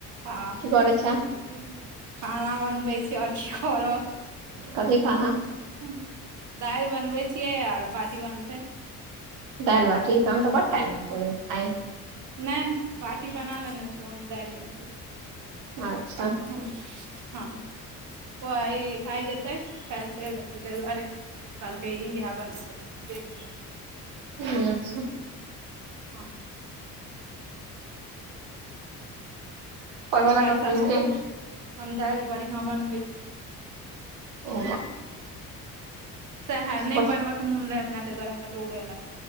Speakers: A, on the right; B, on the right.
A: आ
B: की करैय छें?
A: खाना बनबैय छी और की करब।
B: कथी खाना?
A: हँ दैल बनबैय छियै आर बाटी बनतैय।
B: दाइल बाटि तखन तऽ बड टाइम लगाते गै आय।
A: नै बाटी बना लेने छौ हम दैल बनबैय।
B: अच्छा
A: हँ, हँ। ओ आइ -आइ जते काइल चैल चैल एतैय दुआरे। कलके ईह बना लैय छी तैय दुआरे।
B: ठीक छैय।
A: हँ
B: पढले
A: ओकरा
B: कखन
A: हिसाबसँ
B: जे
A: हम हम दाइल बढियां बनबैत हेबै।
B: ओ
A: सएहे नै
B: बस
A: बनबै के मोन रहैय अपना तैय दुआरे हमरा दौड़ेलक।